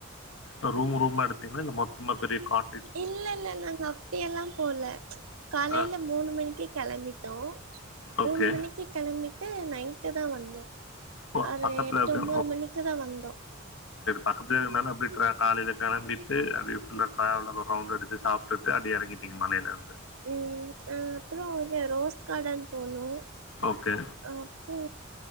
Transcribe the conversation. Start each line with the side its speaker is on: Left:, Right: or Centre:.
Left: அ ரூமு ரூமா எடுத்தீங்கன்னா இல்ல மொத்தமா பெரிய கான்
Right: இல்லல்லல்ல அப்டியெல்லா போல காலேல
Left: ஆ
Right: மூணு மணிக்கு கெளம்பி ட்டோ
Left: ஓகே
Right: மூணு மணிக்கி கெளம்பிட்டு நை ட்டு தா வந்தோ
Left: ஓ,
Right: ஒரு
Left: பக்கத்துல
Right: எட்டு
Left: இருக்க
Right: ஒம்போது மணிக்கி தா வந்தோ
Left: பக்கத்துலே இருந்தாலு அப்டியே ட்ரா காலைலே கெளம்பிட்டு அப்டியே ஃபுல்லா ட்ராவல் அப்ப ரவுண்ட் அடிச்சி சாப் ட்டுட்டு அப்டி எறங்கிட்டீங்க மலையிலருந்து
Right: ம் ம் அப்றோ அது ரோஸ் காடன் போனோ
Left: ஓக்கே
Right: அப்றோ